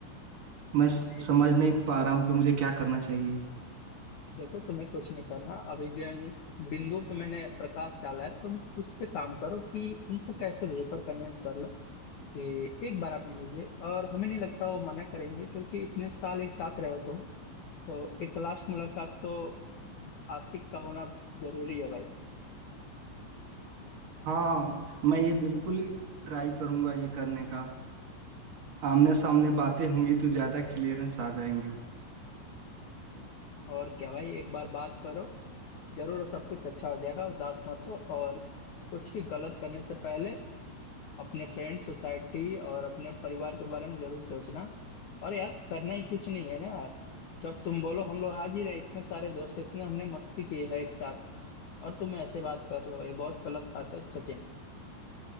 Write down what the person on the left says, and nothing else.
नहीं
देखो तुम्हें कुछ नहीं करना अभी जो बिंदु पे मैंने प्रकाश डाला है तुम उस पे काम करो कि उनको कैसे लेकर कन्विंस कर लो कि एक बार आप मिलेंगे और हमें नहीं लगता वो मना करेंगे क्योंकि इतने साल एक साथ रहे हो तुम तो एक लास्ट मुलाकात तो आशिक का होना जरूरी है भाई
और क्या भाई एक बार बात करो जरूर सब कुछ अच्छा हो जाएगा उदास मत हो और कुछ भी गलत करने से पहले अपने फ्रेंड सोसाइटी और अपने परिवार के बारे में जरूर सोचना और यार करना ही कुछ नहीं है ना यार जब तुम बोलो हम लोग हाजिर हैं इतने सारे दोस्त इतने हमने मस्ती की है एक साथ और तुम ऐसे बात कर रहे हो ये बहुत गलत बात है सचिन